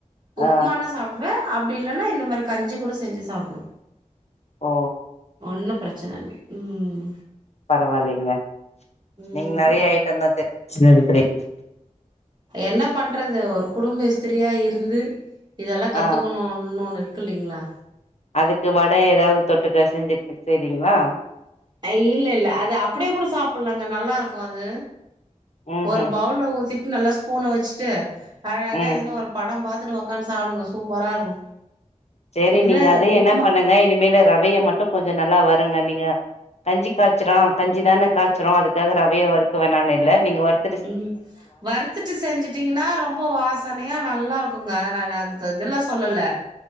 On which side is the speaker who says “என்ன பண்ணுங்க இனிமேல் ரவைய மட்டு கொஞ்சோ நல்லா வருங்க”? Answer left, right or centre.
Left